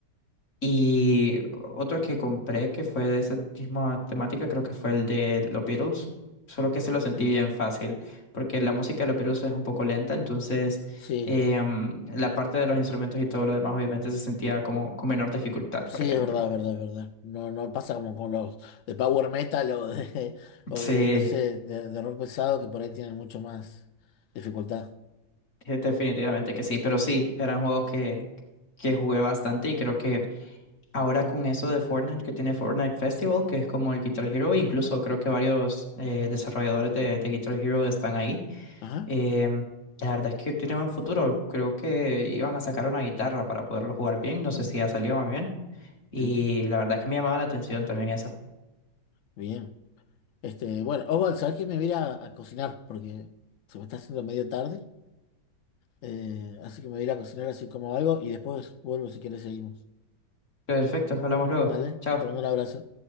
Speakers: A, on the left; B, on the left.
A: Y otro que compré que fue de esa misma temática creo que fue el de los Beatles. Solo que se lo
B: sí,
A: sentí bien fácil, porque la música de los Beatles es un poco lenta, entonces
B: sí,
A: eh, mm, la parte de los instrumentos y todo lo demás obviamente se sentía como con menor dificultad,
B: sí,
A: por ejemplo.
B: es verdad, es verdad, es verdad. No, no pasa como con los de power metal o de, <laughs> o
A: Sí.
B: de, no sé, de, de rock pesado que por ahí tienen mucho más dificultad.
A: de- Definitivamente que sí, pero sí, eran juegos que, que jugué bastante y creo que ahora con eso de Fortnite que tiene Fortnite Festival, que es como el Guitar Hero, incluso creo que varios eh, desarrolladores de, de Guitar Hero están ahí.
B: Ajá,
A: em, la verdad es que tiene buen futuro, creo que iban a sacar una guitarra para poderlo jugar bien, no sé si ya salió más bien y
B: sí,
A: la verdad es que me llamaba la atención también eso.
B: bien. Este, bueno, Oval, ¿sabes qué? Me voy a ir a a cocinar porque se me está haciendo medio tarde. Eh, así que me voy a ir a cocinar así como algo y después vuelvo si querés seguimos.
A: Perfecto, hablamos luego,
B: ¿Vale?
A: chao.
B: Te mando un abrazo.